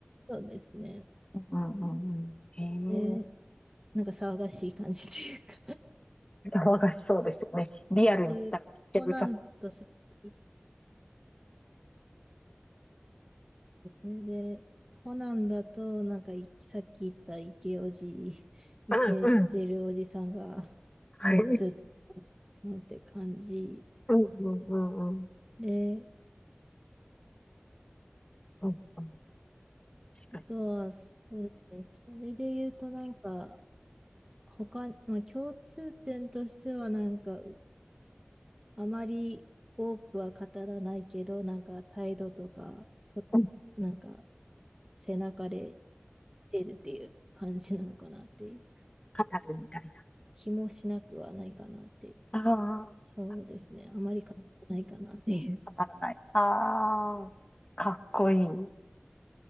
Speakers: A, on the right (about 15°); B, on the left (about 20°).
A: そうですね。
B: うんうん。えー、
A: で、なんか騒がしい感じというか。
B: 騒がしそうですよね。リアルにいたらめっちゃうるさそう。
A: <laughs> で、コナンだとさっきですね。で、コナンだと、なんかいさっき言ったイケおじ、イケてるおじさんが
B: うんうん。
A: <laughs>
B: はい。
A: 共通なんて感じ。
B: うんうんうんうん。
A: で、
B: うんうん。確かに。
A: あとは、そうですね。それで言うと、なんか、他、まあ共通点としては、なんか、あまり多くは語らないけど、なんか態度とか、こ、
B: うん。
A: なんか背中で見せるっていう感じなのかなっていう。
B: 語るみたい
A: 気もしなくはないかなっていう。
B: な。あ
A: そうですね。あまり語らないかなっていう。
B: あ。当たらない。ああ、かっこいい。